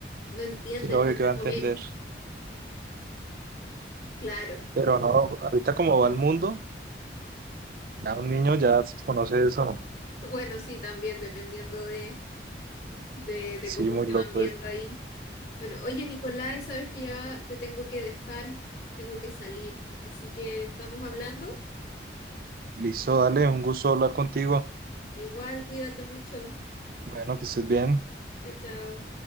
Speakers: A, on the left; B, on the right.
A: no entienden,
B: es obvio
A: no
B: que va a entender.
A: no ven. Claro.
B: Pero no, ahorita como va el mundo. Ya un niño ya conoce eso.
A: Bueno, sí, también dependiendo de, de, de
B: Sí,
A: cómo
B: muy
A: se
B: loco.
A: van viendo
B: eh.
A: ahí. Bueno, oye, Nicolás, sabes que ya te tengo que dejar, tengo que salir. Así que estamos hablando.
B: Listo, dale, un gusto hablar contigo.
A: Igual, cuídate mucho.
B: Bueno, que estés bien.
A: Chao, chao.